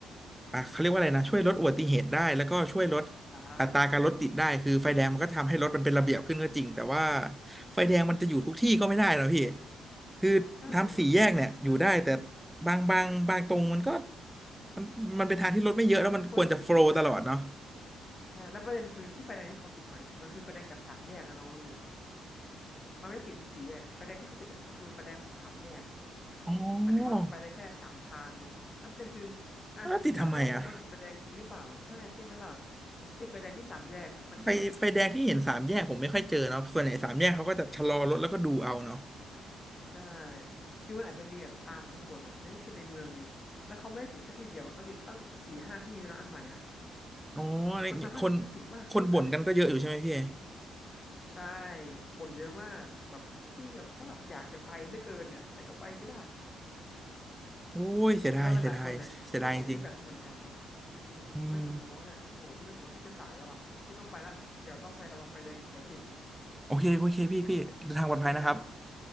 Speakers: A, in the centre; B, on the left (about 30°).
A: อ่ะเขาเรียกว่าอะไรนะช่วยลดอุบัติเหตุได้แล้วก็ช่วยลด
B: ใช่
A: อัตราการรถติดได้คือไฟแดงมันก็ทำให้รถมันเป็นระเบียบขึ้นก็จริงแต่ว่า
B: ใช่ใช่
A: ไฟแดงมันจะอยู่ทุกที่ก็ไม่ได้นะพี่คือทำสี่แยกเนี่ยอยู่ได้แต่
B: ใช่มันมันอืม
A: บางบางบางตรงมันก็มันมันเป็นทางที่รถไม่เยอะแล้วมันควรจะโฟลว์ตลอดเนาะ
B: มันไม่ควรติดถูกไหมล่ะใช่แล้วประเด็นคือที่ไฟแดงที่เขาติดใหม่เนี่ยมันคือไฟแดงจากสามแยกนะน้องรู้ยังมันไม่ได้ติดที่สี่แยกไฟแดงที่เขาติดอ่ะมันคือไฟแดงของสามแยก
A: อ๋อ
B: หมายถึงว่ามันไปได้แค่สามทางไงแล้วประเด็นคืออ่ะสามแยกเนี่ยควรติดไฟแดงจริงหรือเปล่าใช่ใช่ไหมล่ะ
A: แล้วติดทำไมอ่ะ
B: ถ้าติดไฟแดงที่สามแยกมันก็แบบ
A: ไฟไฟแดงที่เห็นสามแยกผมไม่ค่อยเจอเนาะส่วนใหญ่สามแยกเขาก็จะชะลอรถแล้วก็ดูเอาเนาะ
B: ใช่คือมันอาจจะมีแบบตามชนบทแหละแต่นี่คือในเมืองไงแล้วเขาไม่ได้ติดแค่ที่เดียวอะเขาติดตั้งสี่ห้าที่แล้วอันใหม่อ่ะ
A: อ๋ออะไรเงี้ยคน
B: มันทำให้รถมันติดมากขึ้นอ่ะดิ
A: คนบ่นกันก็เยอะอยู่ใช่ไหมพี่
B: ใช่แบบคนเยอะมากแบบพี่แบบก็แบบอยากจะไปเหลือเกินเนี่ยแต่ก็ไปไม่ได้
A: โอ้ยเสียดายเสียดายเสียดายจริง
B: แล้วหลายๆคนเนี่ยก็ส่งฟีดแบ็กมาเหมือนกันเนาะอืมไม่กี่โมงแล้วเนี่ยโอ้โหพี่รู้สึกว่าพี่จะสายแล้วว่ะพี่ต้องไปละเดี๋ยวต้องไประวังไฟแดงอีกเดี๋ยวติดอีก
A: ๆอืมโอเคโอเคพี่พี่เดินทางปลอดภัยนะครับ
B: เอาไว้เจอกันน้อง